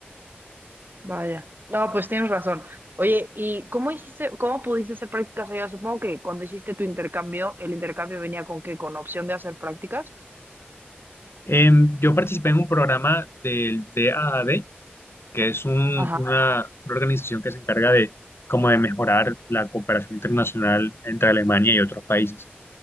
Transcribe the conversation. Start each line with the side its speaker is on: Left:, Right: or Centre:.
Right: Vaya. No, pues tienes razón. Oye, ¿y cómo hiciste, cómo pudiste hacer prácticas allá? Supongo que cuando hiciste tu intercambio, el intercambio venía con qué, con opción de hacer prácticas.
Left: Em, yo participé en un programa del DAAD, que es un-
Right: Ajá.
Left: una, una organización que se encarga de, como de mejorar la cooperación internacional entre Alemania y otros países.